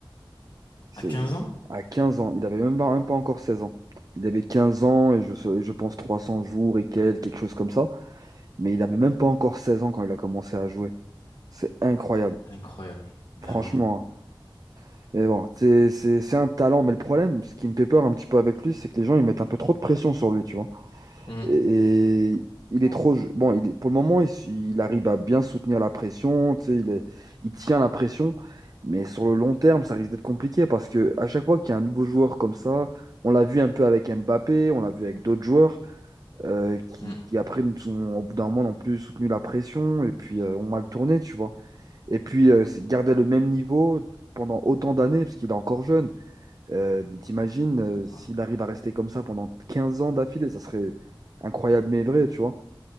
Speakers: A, on the right; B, on the left.
A: C'est
B: À quinze ans?
A: à 15 ans. Il avait même pas, même pas encore 16 ans. Il avait 15 ans et je, sais- je pense 300 jours et quelques, quelque chose comme ça. Mais il avait même pas encore 16 ans quand il a commencé à jouer. C'est incroyable,
B: Incroyable. Ben
A: franchement.
B: ouais.
A: hein. Et bon, c'est c'est- c'est un talent, mais le problème, ce qui me fait peur un petit peu avec lui, c'est que les gens ils mettent un peu trop de pression sur lui, tu vois.
B: Mm.
A: Et, il est
B: Bon.
A: trop. Bon, il est- pour le moment, il, il arrive à bien soutenir la pression, tu sais, il est- il tient la pression. Mais sur le long terme, ça risque d'être compliqué parce que à chaque fois qu'il y a un nouveau joueur comme ça, on l'a vu un peu avec Mbappé, on l'a vu avec d'autres joueurs euh, qui,
B: Mm.
A: qui après, nous sont, au bout d'un moment, n'ont plus soutenu la pression et puis euh, ont mal tourné, tu vois. Et puis, euh, c'est- garder le même niveau pendant autant d'années, parce qu'il est encore jeune, euh, t'imagines, euh, s'il
B: Ouais.
A: arrive à rester comme ça pendant 15 ans d'affilée, ça serait incroyable mais vrai, tu vois.